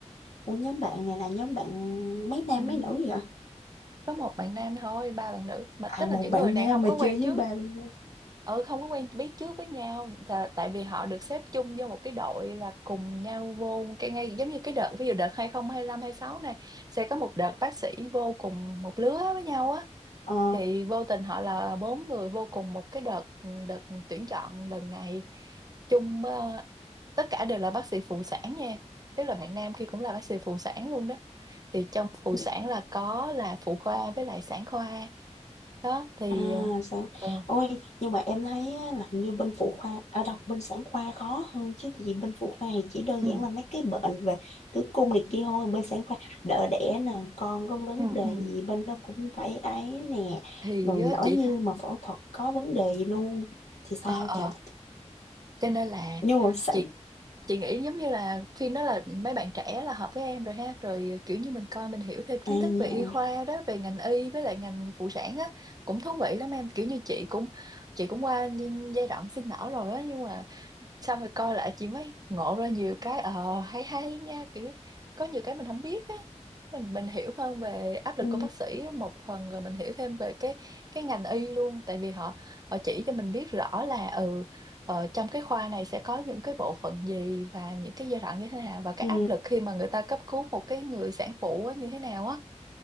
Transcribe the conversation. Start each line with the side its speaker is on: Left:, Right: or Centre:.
Left: ủa nhóm bạn này là nhóm bạn mấy nam
Right: Ừ.
Left: mấy nữ vậy
Right: có một bạn nam thôi ba bạn nữ mà
Left: à
Right: tức
Left: một
Right: là những
Left: bạn
Right: người này
Left: nam
Right: không
Left: mà
Right: có quen
Left: chơi với
Right: trước
Left: ba bạn nữ
Right: ừ không có quen biết trước với nhau là tại vì họ được xếp chung vô một cái đội là cùng nhau vô một cái ngay giống như cái đợt ví dụ đợt 2025 sáu này sẽ có một đợt bác sĩ vô cùng một lứa với nhau á
Left: ờ
Right: thì vô tình họ là bốn người vô cùng một cái đợt đợt tuyển chọn lần này chung ờ, tất cả đều là bác sĩ phụ sản nha tức là bạn nam kia cũng là bác sĩ phụ sản luôn đó thì trong phụ
Left: ừ,
Right: sản là có là phụ khoa với lại sản khoa đó thì
Left: À,
Right: ờ
Left: sáng.
Right: ờ,
Left: Ôi, nhưng mà em thấy á, là hình như bên phụ khoa, à, đọc bên sản khoa khó hơn chứ tại vì bên phụ khoa thì chỉ đơn
Right: ừ
Left: giản là mấy cái bệnh về tử cung này kia thôi, bên sản khoa đỡ đẻ nè, con có vấn
Right: ừ
Left: đề
Right: ừ
Left: gì bên đó cũng phải ấy nè,
Right: thì
Left: rồi
Right: ờ,
Left: lỡ
Right: chị
Left: như
Right: thấy
Left: mà phẫu thuật có vấn đề gì luôn thì sao
Right: ờ ờ
Left: chả.
Right: cho nên là
Left: Nhưng mà sản
Right: chị chị nghĩ giống như là phim đó là mấy bạn trẻ là hợp với em rồi ha rồi kiểu như mình coi mình hiểu thêm kiến
Left: ai
Right: thức
Left: nhỉ?
Right: về y khoa đó về ngành y với lại ngành phụ sản á cũng thú vị lắm em kiểu như chị cũng chị cũng qua gi- giai đoạn sinh nở rồi á nhưng mà xong rồi coi lại chị mới ngộ ra nhiều cái ờ hay hay nha kiểu có nhiều cái mình không biết á mình mình hiểu hơn về áp lực
Left: Ừ,
Right: của bác sĩ một phần rồi mình hiểu thêm về cái cái ngành y luôn tại vì họ họ chỉ cho mình biết rõ là ừ ờ, trong cái khoa này sẽ có những cái bộ phận gì và những cái giai đoạn như thế nào và cái
Left: ừ,
Right: áp lực khi mà người ta cấp cứu một cái người sản phụ á, như thế nào á